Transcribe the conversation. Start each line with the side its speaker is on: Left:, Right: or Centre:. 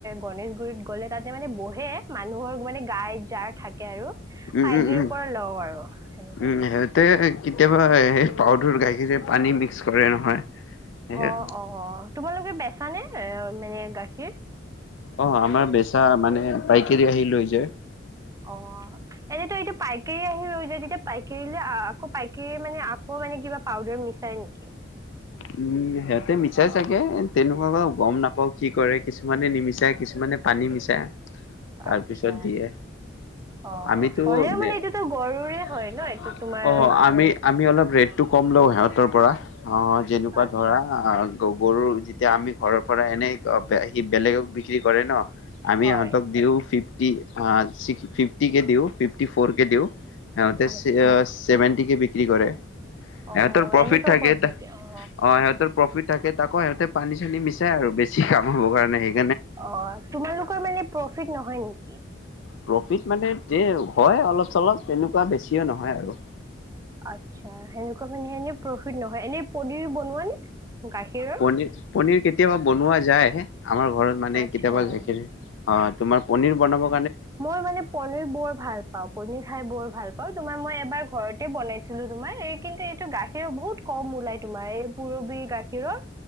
Right: গণেশগুৰিত গ'লে তাতে মানে বহে মানুহৰ মানে গাই যাৰ থাকে থাকে আৰু
Left: উম
Right: পাইগেৰি
Left: উম উম
Right: পৰা লওঁ আৰু। সেনেকুৱাই
Left: উম,
Right: কৰি
Left: সিহঁতে কেতিয়াবা পাউদাৰ -গাখীৰৰে পানী মিক্স কৰে নহয়। সেয়া
Right: অহ - অহ তোমালোকে বেচা নে মানে গাখীৰ,?
Left: অহ, আমাৰ বেচা মানে পাইকাৰী আহি লৈ যায়।
Right: অহ, এনেইটো এইটো পাইকাৰী আহি লৈ তেতিয়া পাইকাৰীলে আকৌ পাইকাৰী মানে আকৌ মানে কিবা পাউদাৰ মিছাই নেকি?
Left: উম, সিহঁতে মিছাই চাগে তেনেকুৱা বাৰো গম নাপাওঁ কি কৰে কিছুমানে নিমিছাই কিছুমানে মানে পানী মিচাই তাৰপিছত
Right: আচ্ছা
Left: দিয়ে।
Right: অ
Left: আমিতো
Right: হ'লেও
Left: <unintelligible>
Right: মানে এইটোতো গৰুৰে হয় ন এইটো তোমাৰ
Left: অ' আমি আমি অলপ ৰেটটো কম লওঁ সেহঁতৰ পৰা অহ যেনেকুৱা
Right: আচ্ছা
Left: ধৰা গৰুৰ যেতিয়া আমি ঘৰৰ পৰা এনেই সি বেলেগক বিক্ৰী কৰে ন আমি
Right: হয়
Left: ইহঁতক দিও ফিফটি -ফিফটি কে দিওঁ ফিফটি ফৰ কে দিওঁ হেহতে
Right: আচ্ছা
Left: ছেভেনটি কে বিক্ৰী কৰে,
Right: অ
Left: ইহঁতৰ প্ৰফিট
Right: এনেকুৱা
Left: থাকে
Right: কৰে
Left: অহ,
Right: নেকি অ
Left: সিহঁতৰ প্ৰফিট থাকে তাকো সিহঁতে পানী -চানী মিচাই আৰু বেছি কাম হব কাৰণে সেই
Right: অহ, তোমালোকৰ মানে প্ৰফিট নহয় নেকি?
Left: প্ৰফিট মানে যে হয় অলপ -চলপ তেনেকুৱা বেছিও নহয় আৰু।
Right: আচ্ছা <unintelligible> প্ৰফিট নহয় এনে পনীৰ বনোৱা নে? গাখীৰৰ
Left: পনী -পনীৰ কেতিয়াবা বনোৱা যায়। আমাৰ ঘৰত মানে
Right: আচ্ছা
Left: কেতিয়াবা <unintelligible> অ তোমাৰ পনিৰ বনাব
Right: মই মানে পনীৰ বৰ ভাল পাওঁ পনীৰ খাই বৰ ভাল পাওঁ তোমাৰ মই এবাৰ ঘৰতে বনাইছিলোঁ তোমাৰ এই কিন্তু এইটো গাখীৰৰ বহুত কম ওলাই তোমাৰ এই পুৰৱী গাখীৰৰ।